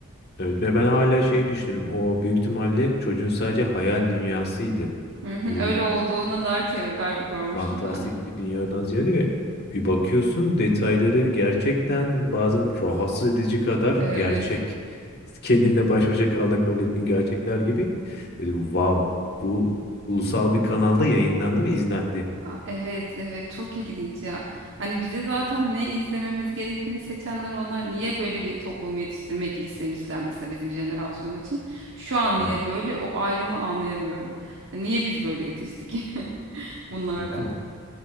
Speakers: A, on the left; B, on the right.
A: Evet ve ben hala şey düşünürüm. O büyük ihtimalle çocuğun sadece hayal dünyasıydı.
B: Hı hı,
A: Hani
B: Öyle
A: bir
B: olduğuna dair teoriler görmüştüm
A: fantastik
B: ben de.
A: bir dünyadan ziyade ve bir bakıyorsun detayları gerçekten bazen rahatsız edici kadar gerçek.
B: Evet.
A: Kendinle baş başa kaldığında kabul ettiğin gerçekler gibi. Dedim wow bu ulusal bir kanalda yayınlandı ve izlendi.
B: A- Evet, evet çok ilginç ya. Hani bize zaten ne izlememiz gerektiğini seçenler onlar niye böyle bir toplumu yetiştirmek istemişler mesela bizim jenerasyon için. Şu an
A: Değil
B: niye
A: mi?
B: böyle o ayrımı anlayamıyorum. Niye biz böyle yetiştik <laughs> bunlarla?
A: <laughs>